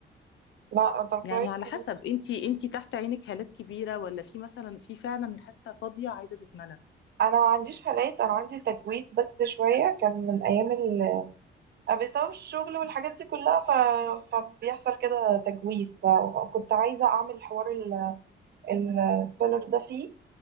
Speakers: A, on the right (about 55°); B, on the left (about 70°).
A: لا طب كويس
B: يعني على حسب انت انت تحت عينك هالات كبيره ولا في مثلا في فعلا حته فاضيه عايزه تتملى
A: انا ما عنديش هالات انا عندي تكويت بس شويه كان من ايام ال بسبب الشغل والحاجات دي كلها ف... فبيحصل كده تجويف ف- وكنت عايزة أعمل حوار ال- الفيلر ده فيه